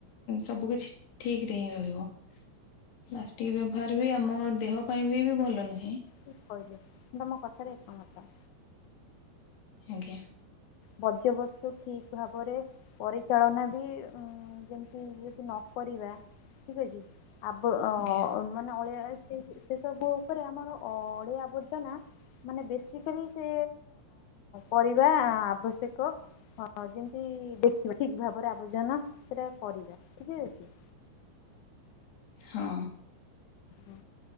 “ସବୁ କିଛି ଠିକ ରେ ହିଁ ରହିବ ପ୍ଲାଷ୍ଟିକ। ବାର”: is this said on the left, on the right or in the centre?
Left